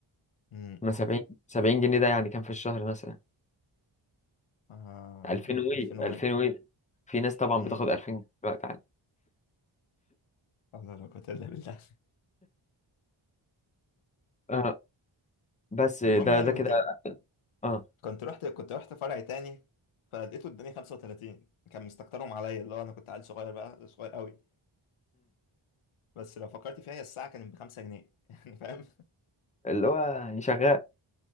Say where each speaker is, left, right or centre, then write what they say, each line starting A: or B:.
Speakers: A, on the left; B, on the left.
A: امم
B: ما 70 70 جنيه ده يعني كام في الشهر مثلا
A: آه...
B: 2000 وي
A: 2100
B: 2000 وي في ناس طبعا
A: امم
B: بتاخد 2000 دلوقتي عادي
A: لا لا قوة إلا بالله
B: آه. بس ده
A: المهم يعني
B: ده
A: كنت
B: كده اه
A: كنت رحت كنت رحت فرع تاني فلقيته اداني 35 كان مستكترهم عليا اللي هو انا كنت عيل صغير بقى صغير قوي بس لو فكرت فيها هي الساعه كانت ب 5 جنيه <laughs> يعني فاهم
B: اللي هو يعني شغال